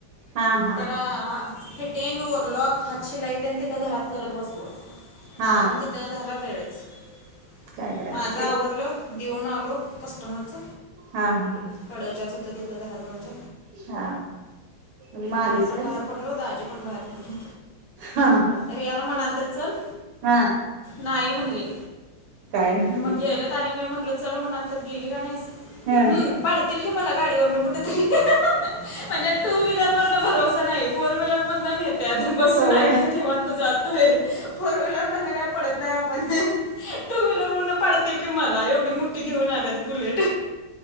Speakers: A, on the right; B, on the left.
A: हा
B: म
A: हा
B: तेला ह फिट- टेंग ओव्हरलॉक हातशिलाई तेन तिथं घरात करत बसले -
A: हा
B: मला पण तिथं झाला वेळच-
A: काय करायचं
B: माझ
A: ते
B: आवरलं, देऊन आलो कस्टमरच
A: हा हा
B: -कडच्या सुद्धा तिथल्या घराजवळच-
A: हा -म आलीस
B: आम्ही पण
A: व्हय-
B: बाहेर पडलो दाजी पण बाहेर पडली.
A: हा हा
B: रेयाला म्हणालते चल-
A: हा
B: नाही म्हणले.
A: काय नव्ह
B: म
A: ते
B: गेलत आणि मी म्हणलं- चल म्हणालतं तर गेली का नाहीस?
A: हा
B: हम्म -पाडतील मला गाडीवर नेऊन - कुठतरी, म्हणजे? टू व्हीलर वरण नाही. फोर व्हीलर मधन नेत्यात. आ? बसून
A: सवय
B: आयत निवांत जातोय फोर व्हीलर मधन काय पडत नाही आप - पण ते - टू व्हीलर वरून पाडत - <unintelligible> नाही एवढी मोठी घेऊन आल्यात बुलेट.